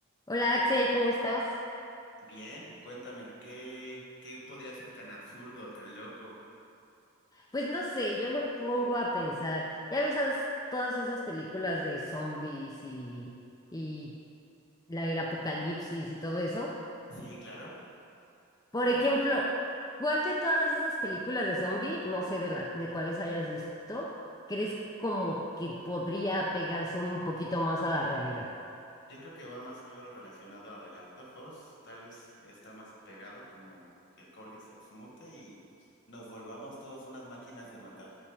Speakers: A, on the left (about 20°); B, on the left (about 55°).
A: Hola Axel, ¿cómo estás?
B: Bien, cuéntame, ¿qué, qué podría ser tan absurdo, tan loco? <laughs>
A: Pues no sé, yo me pongo a pensar, ya ves esas- todas esas películas de zombies y, y la, el apocalipsis y todo eso.
B: Sí, claro.
A: Por ejemplo, ¿cuál de todas esas películas de zombie, no sé de, la, de cuáles hayas visto, crees como que podría pegarse un poquito más a la realidad?
B: Yo creo que va más algo relacionado a The Last of Us. Tal vez está más apegado como que el Cordyceps mute y nos volvamos todos unas máquinas de matar.